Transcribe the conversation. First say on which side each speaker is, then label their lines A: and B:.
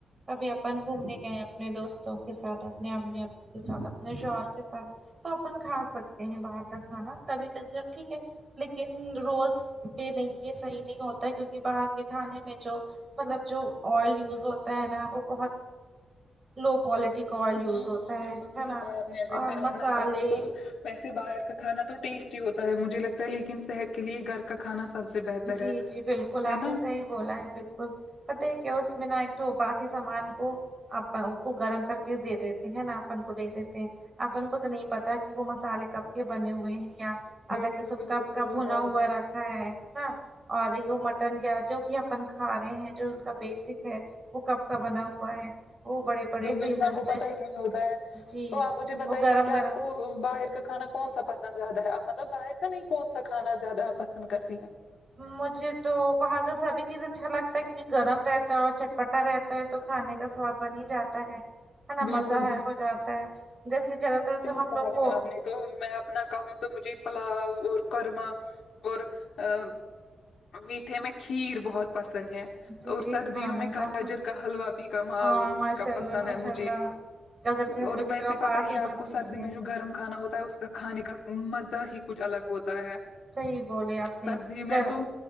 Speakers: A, on the right; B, on the left.
A: کبھی اپن گھومنے گئے اپنے دوستوں کے ساتھ اپنے امی ابو کے ساتھ اپنے شوہر کے ساتھ تو اپن کھا سکتے ہیں باہر کا کھانا کبھی کبھی <unintelligible> ب ٹھیک ہے لیکن روز پہ نہیں یہ صحیح نہیں ہوتا کیونکہ باہر کے کھانے میں جو مطلب جو آئل یوز ہوتا ہے نا وہ بہت لو کوالٹی کا آئل یوز
B: جی
A: ہوتا
B: جی بالکل
A: ہے
B: صحیح
A: ہے نا
B: کہا آپ نے اگر
A: اور
B: میں اپنا
A: مسالے
B: کہوں تو ویسے باہر کا کھانا تو ٹیسٹی ہوتا ہے مجھے لگتا ہے لیکن صحت کے لیے گھر کا کھانا سب سے بہتر
A: جی
B: ہے
A: جی بالکل
B: ہے
A: آپ
B: نا
A: نے صحیح بولا ہے بالکل پتہ ہے کیا اس میں نہ ایک تو باسی سامان کو اپن کو گرم کر کے دے دیتے ہیں نا اپن کو دے دیتے ہیں اپن کو تو نہیں پتا کہ وہ مسالے کب کے بنے ہوئے ہیں یا ادرک
B: بالکل
A: لہسن
B: بالکل
A: کپ کا
B: صحیح
A: بھونا
B: کہا
A: ہوا
B: آپ نے
A: رکھا ہے ہا اور یو مٹن یا جو بھی اپن کھا رہے ہیں جو ان کا بیسک ہے وہ کب کا بنا ہوا ہے وہ بڑے بڑے
B: بالکل
A: فریزرس
B: انسان کو پتا
A: میں
B: ہی نہیں ہوتا ہے
A: جی
B: تو آپ مجھے بتائیے
A: وہ گرم
B: کہ آپ
A: گرم
B: کو باہر کا کھانا کون سا پسند زیادہ ہے اب مطلب باہر کا نہیں کون سا کھانا زیادہ آپ پسند کرتی ہیں
A: مجھے تو باہر کا سبھی چیز اچھا لگتا ہے کیونکہ گرم رہتا ہے اور چٹ پٹا رہتا ہے تو کھانے کا سواد بن ہی جاتا ہے ہے نا
B: بالکل
A: مزہ ہے
B: بالکل
A: ہو جاتا ہے جیسے زیادہ
B: صحیح
A: تر تو ہم
B: کہا
A: لوگ
B: میں
A: کو
B: نے آپ نے تو میں اپنا کہوں تو مجھے پلاؤ اور قورمہ اور ا میٹھے میں کھیر بہت پسند ہے
A: جی
B: اور
A: جی
B: سردیوں
A: سبحان
B: میں
A: اللہ
B: گاجر کا حلوہ بھی کمال
A: ہاں ماشاء
B: کا
A: اللہ
B: پسند
A: ماشاء
B: ہے مج
A: اللہ
B: جھے
A: گزر کے حلوے
B: اور
A: کی
B: ویسے
A: تو آپ بات
B: پتہ ہی آپ
A: مت
B: کو
A: کیجیے
B: سردی میں جو گرم کھانا ہوتا ہے اس کا کھانے کا مزہ ہی کچھ الگ ہوتا ہے
A: صحیح بولے آپ نے
B: سردی
A: گھر
B: میں تو